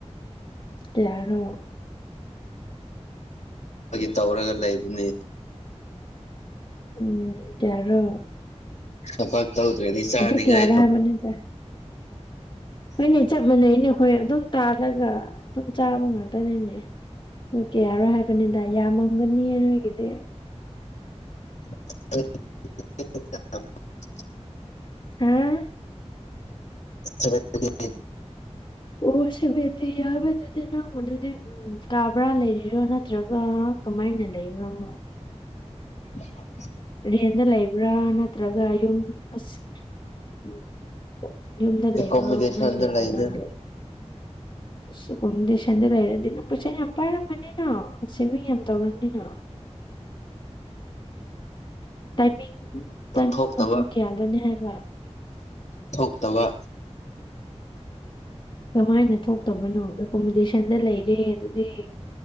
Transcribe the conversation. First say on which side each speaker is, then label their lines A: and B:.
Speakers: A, on the left; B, on the left.
A: ꯀꯌꯥꯔꯣ
B: ꯇꯧꯔꯒ ꯂꯩꯕꯅꯦ
A: ꯎꯝ ꯀꯌꯥꯔꯣ
B: ꯊꯕꯛ ꯇꯧꯗꯔꯥꯗꯤ ꯆꯥꯅꯤꯉꯥꯏꯗꯣ
A: ꯑꯗꯨ ꯀꯌꯥꯔꯣ ꯍꯥꯏꯕꯅꯤꯗ ꯍꯣꯏꯅꯦ ꯆꯞ ꯃꯥꯟꯅꯩꯅꯦ ꯑꯩꯈꯣꯏ ꯑꯗꯨꯝ ꯇꯥꯜꯂꯒ ꯑꯗꯨꯝ ꯆꯥꯕ ꯉꯥꯛꯇꯅꯤꯅꯦ ꯑꯗꯨ ꯀꯌꯥꯔꯥ ꯍꯥꯏꯕꯅꯤꯗ ꯌꯥꯝꯃꯝꯒꯅꯤꯌꯦ ꯅꯣꯏꯒꯤꯗꯤ
B: <inaudible>
A: ꯍꯥꯥ
B: <inaudible>
A: ꯑꯣ ꯁꯕꯦꯟꯇꯤ ꯌꯥꯝꯃꯦꯗ ꯑꯗꯨꯗꯤ ꯅꯪꯉꯣꯟꯗꯗꯤ ꯎꯝ ꯀꯥ ꯕꯔꯥ ꯂꯩꯔꯤꯔꯣ ꯅꯠꯇ꯭ꯔꯥꯒ ꯀꯃꯥꯏꯅ ꯂꯩꯕ꯭ꯔꯥ ꯑꯃꯨꯛ
B: <inaudible>
A: ꯔꯦꯟꯗ ꯂꯩꯕ꯭ꯔꯥ ꯅꯠꯇ꯭ꯔꯥꯒ ꯌꯨꯝ ꯑꯁ ꯎꯝ ꯌꯨꯝꯗ ꯂꯩꯕ꯭ꯔꯣ
B: ꯑꯦꯀꯣꯃꯣꯗꯦꯁꯟꯗ
A: ꯀꯃꯥꯏ ꯂꯩꯕ꯭ꯔꯣ
B: ꯂꯩꯕꯅꯤ
A: ꯅꯪꯗꯤ ꯁꯤꯒꯨꯝ ꯗꯦꯁꯟꯗ ꯂꯩꯔꯗꯤ ꯅꯪ ꯄꯩꯁꯥ ꯌꯥꯝ ꯄꯥꯏꯔꯝꯃꯅꯤꯅ ꯁꯦꯚꯤꯡ ꯌꯥꯝ ꯇꯧꯔꯝꯅꯤꯅ ꯇꯥꯏꯃꯤꯡ ꯇꯥꯏꯃꯤꯡꯅ
B: ꯊꯣꯛꯇꯕ
A: ꯄꯨꯡ ꯀꯌꯥꯗꯅꯦ ꯍꯥꯏꯕ
B: ꯊꯣꯛꯇꯕ
A: ꯀꯃꯥꯏꯅ ꯊꯣꯛꯇꯕꯅꯣ ꯑꯦꯀꯣꯃꯤꯗꯦꯁꯟꯗ ꯂꯩꯔꯦ ꯑꯗꯨꯗꯤ